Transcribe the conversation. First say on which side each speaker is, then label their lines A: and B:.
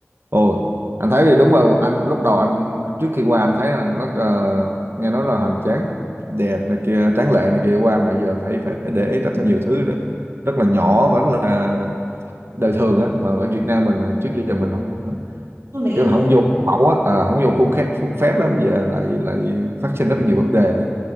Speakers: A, on the right; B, on the right.
A: Ồ, anh thấy thì đúng rồi, anh lúc đầu anh trước khi qua anh thấy là nó ờ, nghe nói là hoành tráng đẹp này kia, tráng lệ này kia qua mà giờ phải phải để ý rất là nhiều thứ đó. Rất là nhỏ và rất là đời thường á mà ở Việt Nam mình à, trước giờ mình không
B: không để ý
A: kiểu là
B: tới
A: không vô khuôn mẫu á, à, không vô khuôn khép khuôn phép á bây giờ lại lại phát sinh rất là nhiều vấn đề nữa